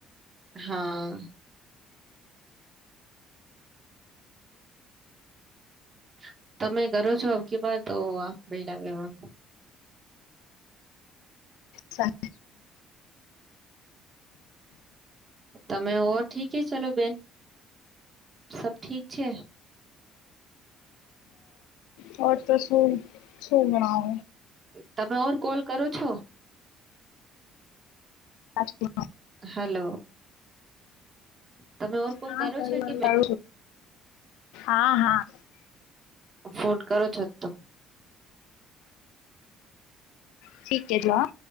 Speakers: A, on the right; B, on the left.
A: હા <inaudible> તમે કરો છો અકી બાર તો આ બેેલા <inaudible>
B: સા
A: તમે ઓ ઠીક હ ચલો બેન. સબ ઠીક છે?
B: હ તો શું શું બણાઓ
A: તમે ઓર, કોલ કરો છો?
B: હા કરું
A: હલો! તમે ઓર કોલ
B: હા,
A: કરો છો કે મે
B: હા હા.
A: ફોન કરો છો, ત
B: ઠીક કે જ વા